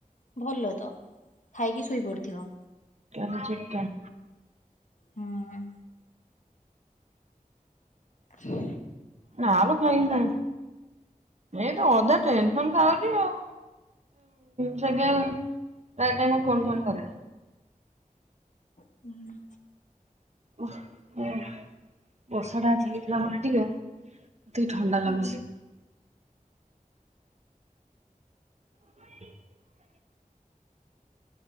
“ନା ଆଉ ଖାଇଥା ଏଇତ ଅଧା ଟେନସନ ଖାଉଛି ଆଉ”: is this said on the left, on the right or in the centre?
Right